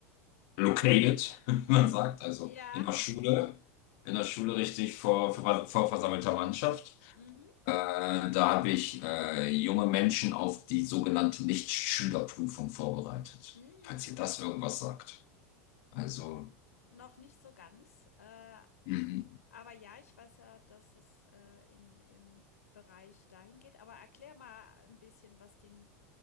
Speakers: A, on the left; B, on the left.
A: located, <laughs> wie man sagt, also
B: Ja,
A: in der Schule, in der Schule richtig vor, vor, vor versammelter Mannschaft.
B: mhm.
A: Äh, da habe ich äh, junge Menschen auf die sogenannte Nichtschülerprüfung vorbereitet,
B: Mm.
A: falls ihr das irgendwas sagt. Also,
B: Noch nicht so ganz. Äh,
A: mhm.
B: aber ja, ich weiß ja, dass es äh, in, im Bereich dahin geht. Aber erklär mal ein bisschen, was die,